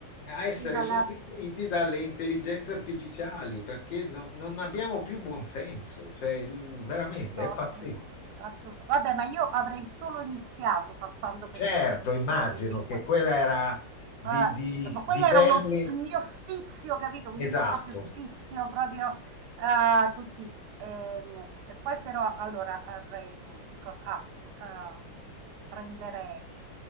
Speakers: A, on the left (about 75°); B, on the right (about 70°).
A: a essere
B: sì, dalla
A: sostituiti dalle intelligenze artificiali, perché no- non abbiamo più buonsenso, cioè mm, veramente
B: No,
A: è pazzesco.
B: c- mm, assolut- Vabbè, ma io avrei solo iniziato passando per
A: Certo,
B: gli studi di
A: immagino
B: Canale 5.
A: che quella era
B: ma
A: di, di-
B: ma quello
A: di
B: era
A: pelle,
B: uno, s- il mio sfizio, capito? Un
A: esatto.
B: mio proprio sfizio, proprio eh, così. Ehm, E, poi però, allora, avrei, mm, che cosa? Ah, eh, prenderei,